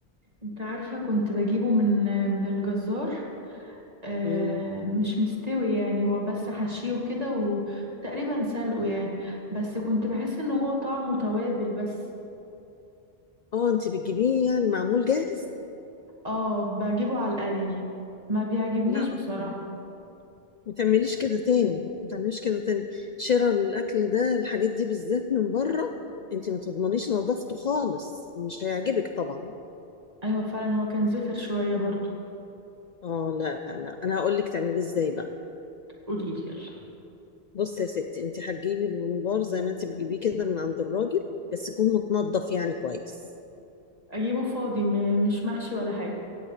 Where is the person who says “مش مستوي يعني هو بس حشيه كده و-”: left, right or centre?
Right